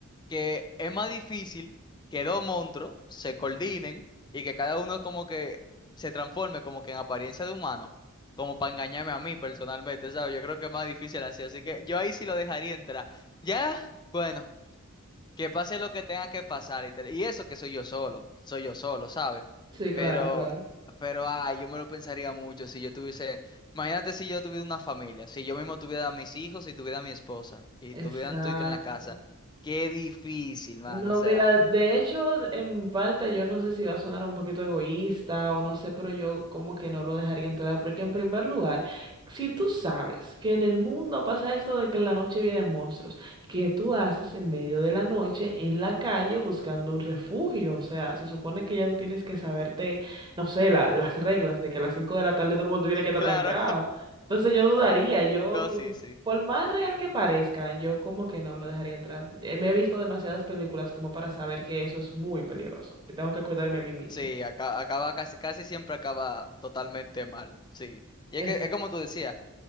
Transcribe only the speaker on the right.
Sí, claro,
claro.
Exacto.
No,
mira, de hecho, en parte yo no sé si va a sonar un poquito egoísta o no sé, pero yo como que no lo dejaría entrar, porque en primer lugar, si tú sabes que en el mundo pasa esto de que en la noche vienen monstruos, ¿qué tú haces en medio de la noche en la calle buscando un refugio? O sea, se supone que ya tú tienes que saberte, no sé, la- las reglas de que a las 5 de la tarde todo el mundo tiene que estar
trancado. Entonces yo dudaría, yo
por
por más real que parezca, yo como que no lo dejaría entrar. Eh, Me he visto demasiadas películas como para saber que eso es muy peligroso y tengo que cuidarme a mí mismo.
Exacto.